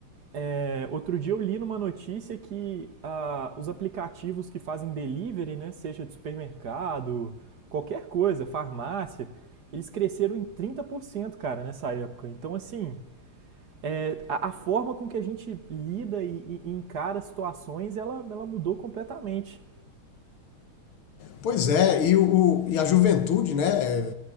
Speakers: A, on the right; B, on the left.
A: é, outro dia eu li numa notícia que ah, os aplicativos que fazem delivery, né, seja de supermercado, qualquer coisa, farmácia, eles cresceram em 30%, cara, nessa época. Então, assim, é, a, a forma com que a gente lida e, e- e encara situações, ela, ela mudou completamente.
B: Pois é, e, o, e a juventude, né? é,